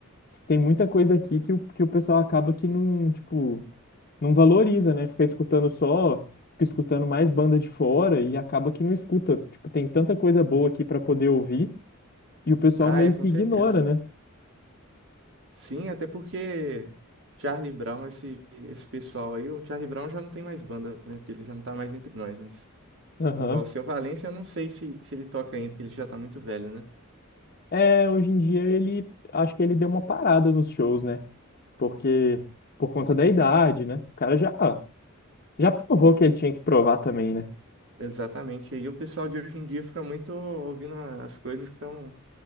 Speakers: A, on the left (about 45°); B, on the right (about 60°).
A: tem muita coisa aqui que o, que o pessoal acaba que não, tipo, não valoriza, né? Fica escutando só, fica escutando mais banda de fora e acaba que não escuta. Tipo, tem tanta coisa boa aqui pra poder ouvir e o pessoal
B: Ah,
A: meio
B: é, com
A: que
B: certeza.
A: ignora, né?
B: Sim, até porque Charlie Brown, esse, esse pessoal aí, o Charlie Brown já não tem mais banda, né? Porque ele já não tá mais entre nós, mas
A: Aham.
B: o Alceu Valença, eu não sei se, se ele toca ainda, porque ele já tá muito velho, né?
A: É, hoje em dia ele, acho que ele deu uma parada nos shows, né? Porque, por conta da idade, né? O cara já, já provou que ele tinha que provar também, né?
B: Exatamente. E o pessoal de hoje em dia fica muito ouvindo as coisas que estão